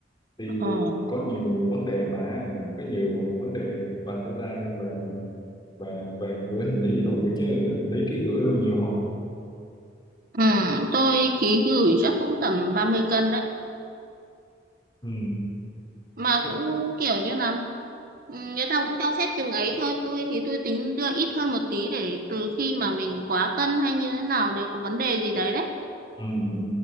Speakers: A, on the left; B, on the right.
A: thì
B: Ờ.
A: ờ, có nhiều vấn đề mà có nhiều vấn đề vạch ra về về về gửi hành lý rồi nữa chứ hành lý ký gửi rồi nhiều không
B: Ừ, tôi ký gửi chắc cũng tầm 30 cân đấy.
A: ừ,
B: Mà
A: thích
B: cũng kiểu như là ừ, người ta cũng cho phép chừng ấy thôi. Tôi thì tôi tính đưa ít hơn một tí để từ khi mà mình quá cân hay như thế nào đấy có vấn đề gì đấy đấy.
A: ừ, ừ,